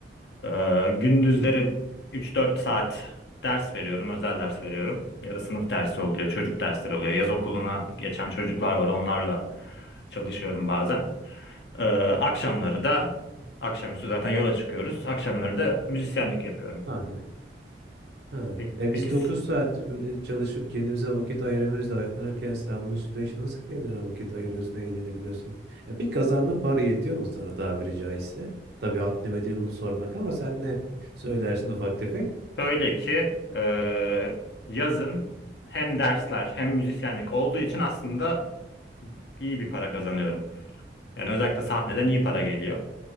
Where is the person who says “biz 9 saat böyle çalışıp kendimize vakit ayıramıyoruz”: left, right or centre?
Right